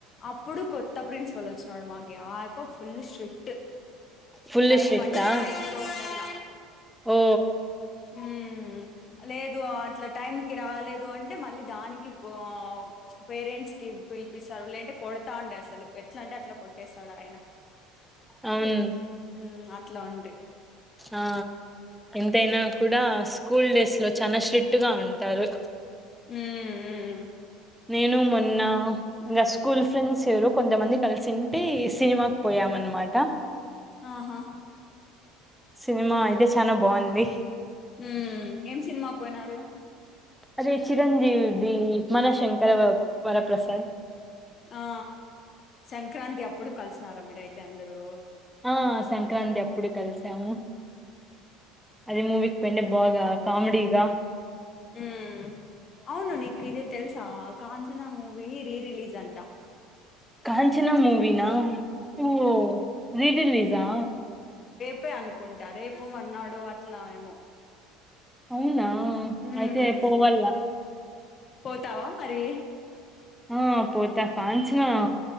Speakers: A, on the left; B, in the centre.
A: అప్పుడు కొత్ త్త ప్రిన్సిపల్ వచ్చినోడు మాక్ యాప్ప ఫుల్ స్ట్రిక్ట్
B: ఫుల్
A: టైం
B: స్ట్రిక్టా
A: అంటే టైమ్ లో ఉండాల.
B: ఓ
A: హమ్ లేదు అట్లా టైం కి రాలేదు అంటే మళ్ళీ దానికి గో పేరెంట్స్ కి పిలిపిస్తారు లేదంటే కొడతాండే అసలు ఎట్ల అంటే పెట్టేేశాడు ఆయన
B: అవును
A: హుమ్ అట్ల ఉండ్రీ
B: ఆ ఎంతైనా కూడా స్కూల్ డేస్ లో చాలా స్ట్రిక్ట్ గా ఉన్ టరు
A: హుమ్ ఉ ఉ
B: నేను మొన్న ఇంగ స్కూల్ ఫ్రెండ్స్ ఎవరు కొందమంది కలిసింటే. సినిమాక్ పోయామన్మాట
A: ఆహా
B: సినిమా అయితే చ్ చానా బాంది
A: ఉ ఏం సినిమాక్ పోయినారు
B: అదే చిరంజీవిది మనశంకర వ వరప్రసాద్
A: ఆ సంక్రాంతి అప్పుడు కలుస్ న్నార మీరైతే అందరూ
B: ఆ స్ సంక్రాంతి అప్పుడు కలిస్ సము అదే మావిక్పోయింటే బాగా కమెడిగా
A: ఊ అవును నీక్ ఇది తెల్సా Kanchana movie re release అంటా
B: కాంచ్ చనా మూవినా ఓ రీ రిలీజా
A: ప్పే అనుకుంటా రేపు మనాడు అట్లా ఏమో
B: అవునా
A: మ్మ్
B: అయితే పోవాల్ల
A: పోతావా మరి
B: ఆ పోత కంచనా